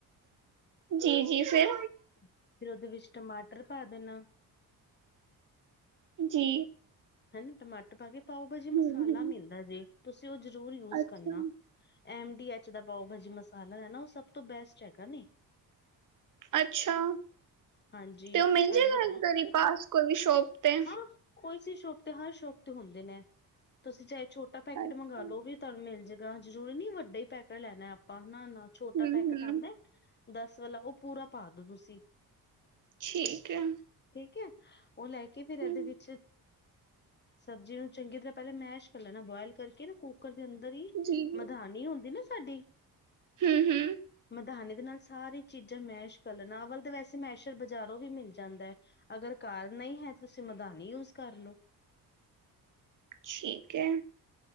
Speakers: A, on the right; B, on the left.
A: ਜੀ -ਜੀ ਫਿਰ।
B: ਫਰ ਉਹਦੇ ਵਿੱਚ ਟਮਾਟਰ ਪਾ ਦੇਣਾ।
A: ਜੀ।
B: ਹਨਾ ਟਮਾਟਰ ਪਾ ਪਾਓਬਾਜੀ
A: ਹੂੰ
B: ਮਸਾਲਾ
A: ਹੂੰ
B: ਮਿਲਦਾ ਜੇ ਤੁਸੀਂ ਉਹ ਜ਼ਰੂਰ ਯੂਜ
A: ਅੱਛਾ
B: ਕਰਨਾ। ਐਮ ਡੀ ਐਚ ਦਾ ਪਾਓਭਾਜੀ ਮਸਾਲਾ ਹੈ ਨਾ ਉਹ ਸਭ ਤੋਂ ਬੈਸਟ ਹੈਗਾ ਨੀ।
A: ਅੱਛਾ।
B: ਹਾਂਜੀ
A: ਤੇ ਉਹ ਮਿਲ ਜੇਗਾ
B: ਇਧਰ
A: ਇੱਦਰ ਹੀ ਪਾਸ ਕੋਈ ਸ਼ੋਪ ਤੇ
B: ਹਾਂ ਕੋਈ ਸੀ ਸ਼ੋਪ ਤੇ ਹਰ ਸ਼ੋਪ ਤੇ ਹੁੰਦੇ ਨੇ ਤੁਸੀਂ ਚਾਹੇ ਛੋਟਾ
A: ਅੱਛਾ
B: ਪੈਕੇਟ ਮੰਗਵਾ ਲੋ ਵੀ ਤੁਹਾਨੂੰ ਮਿਲ ਜਾ ਜ਼ਰੂਰੀ ਨੀ ਵੱਡੇ ਹੀ ਪੈਕਟ ਲੈਣਾ ਆਪਾਂ ਨਾ- ਨਾ ਛੋਟਾ
A: ਹੂੰ
B: ਪੈਕੇਟ
A: ਹੂੰ
B: ਆਂਦਾ। ਦਸ ਵਾਲਾ ਉਹ ਪੂਰਾ ਪਾ ਦੋ ਤੁਸੀਂ।
A: ਠੀਕ ਹੈ।
B: ਠੀਕ ਹੈ ਉਹ ਲੈ ਕੇ ਫੇਰ ਇਹਦੇ
A: ਹੂੰ
B: ਵਿੱਚ ਸਬਜ਼ੀ ਨੂੰ ਚੰਗੀ ਤਰ੍ਹਾਂ ਪਹਿਲ ਮੈਸ਼ ਕਰ ਲੈਣਾ। ਬੋਇਲ ਕਰਕੇ ਨਾ ਕੁੱਕਰ ਦੇ ਅੰਦਰ ਹੀ
A: ਜੀ
B: ਮਧਾਨ ਹੁੰਦੀ ਨਾ ਸਾਡੀ।
A: ਹੂ -ਹੂ।
B: ਧਾਨੀ ਦੇ ਨਾਲ ਸਾਰੀ ਚੀਜ਼ਾਂ ਮੈਸ਼ ਕਰ ਲਣ ਅਵਲ ਤਾਂ ਵੈਸੇ ਮੈਸ਼ਰ ਬਾਜ਼ਾਰੋਂ ਵੀ ਮਿਲ ਜਾਂਦਾ ਹੈ। ਅਗਰ ਘਰ ਨਹੀਂ ਹੈ ਤੁਸੀਂ ਮਦਾਨੀ ਯੂਜ ਕਰ ਲਓ।
A: ਠੀਕ ਹੈ।